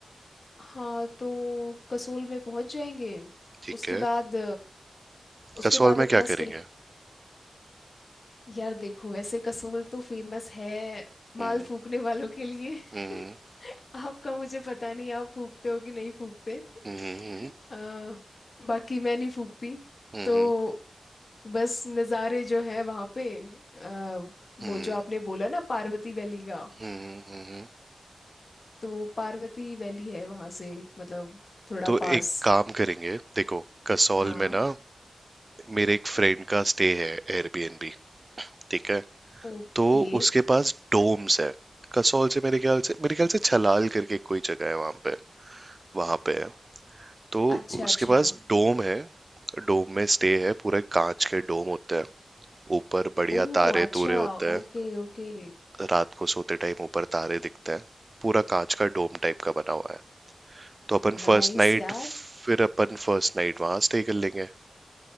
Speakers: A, on the left (about 70°); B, on the right (about 40°).
A: हाँ तो कसोल में पहुंच जाएंगे
B: ठीक
A: उसके
B: है
A: बाद उसके
B: कसौल
A: बाद
B: में
A: अपना
B: क्या करेंगे
A: स्टेट यार देखो वैसे कसोल तो फेमस है माल
B: हम्म,
A: फूकने वालों के लिए
B: हम्म,
A: <laughs> आपका मुझे पता नहीं आप फूकते हो कि नहीं फूकते
B: हम्म,
A: <laughs>
B: हम्म,
A: अ, बाकी मैं नहीं फूकती
B: हम्म,
A: तो बस नज़ारे जो है वहाँ पे आ,
B: हम्म,
A: वो जो आपने बोला ना पार्वती वैली का
B: हम्म। हम्म।
A: तो पार्वती वैली है वहाँ से मतलब थोड़ा
B: तो
A: पास
B: एक काम करेंगे देखो कसौल
A: हाँ
B: में ना मेरे एक फ्रेंड का स्टे है एयरबीएनबी ठीक है
A: ओके
B: तो उसके पास डोम्स है कसौल से मेरे ख्याल से मेरे ख्याल से छलाल करके कोई जगह है वहां पे वहां पे है तो
A: अच्छा
B: उसके
A: अच्छा
B: पास डोम है डोम में स्टे है पूरे कांच के डोम होते हैं ऊपर बढ़िया
A: ओ
B: तारे
A: अच्छा
B: तूरे होते हैं
A: ओके ओके
B: रात को सोते टाइम ऊपर तारे दिखते हैं पूरा कांच का डोम टाइप का बना हुआ है तो अपन
A: नाइस
B: फर्स्ट नाइट
A: यार
B: फिर अपन फर्स्ट नाइट वहां स्टे कर लेंगे